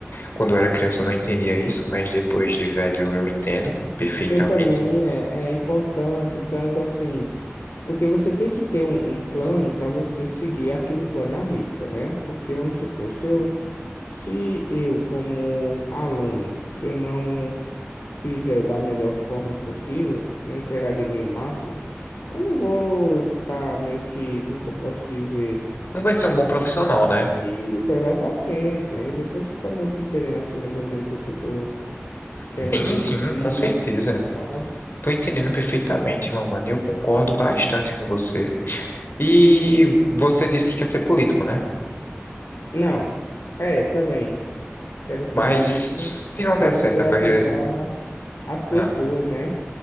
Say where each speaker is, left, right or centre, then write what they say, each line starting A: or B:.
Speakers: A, on the left; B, on the left.
A: Quando eu era criança eu não entendia isso, mas depois de velho eu entendo perfeitamente.
B: Eu também é, é importante, tanto assim, porque você tem que ter um, um plano para você seguir aquele plano à risca, né? Porque vamos supor, se eu, se eu como aluno, eu não fizer da melhor forma possível, não entregar de mim o máximo, eu não vou estar meio que, como é que eu posso dizer?
A: Não vai ser um bom profissional, né?
B: Isso, exatamente. Ainda bem que você tá meio que entendendo assim mais ou menos o que eu tô querendo
A: Sim,
B: deduzir
A: sim, com certeza.
B: e tal.
A: Tô entendendo perfeitamente, meu mano, e eu concordo bastante com você. E você disse que quer ser político, né?
B: Não, é, também. Quero ser
A: Mas
B: político
A: se não
B: para
A: der
B: poder
A: certo a carreira.
B: ajudar as pessoas,
A: Ah,
B: né?